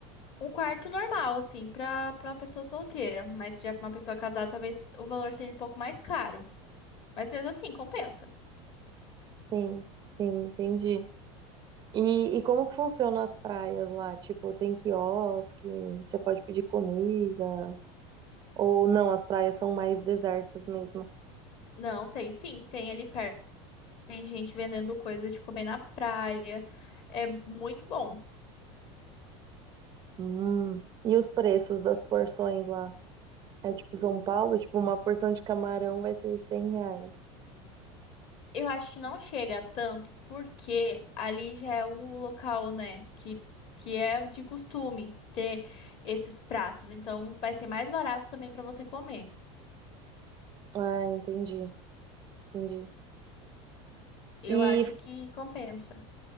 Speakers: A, on the left; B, on the right.
A: um quarto normal, assim, pra, pra uma pessoa solteira. Mas já pra uma pessoa casada, talvez o valor seja um pouco mais caro. Mas mesmo assim, compensa.
B: Sim, sim, entendi. E, e como que funciona as praias lá? Tipo, tem quiosque, você pode pedir comida, ou não, as praias são mais desertas mesmo.
A: Não, tem sim, tem ali perto Tem gente vendendo coisa de comer na praia. É muito bom.
B: Hum. E os preços das porções lá? É tipo São Paulo, tipo, uma porção de camarão vai ser cem reais.
A: Eu acho que não chega a tanto porque ali já é um local, né, que, que é de costume ter esses pratos. Então vai ser mais barato também para você comer.
B: Ah, entendi, entendi.
A: Eu
B: E
A: acho que compensa.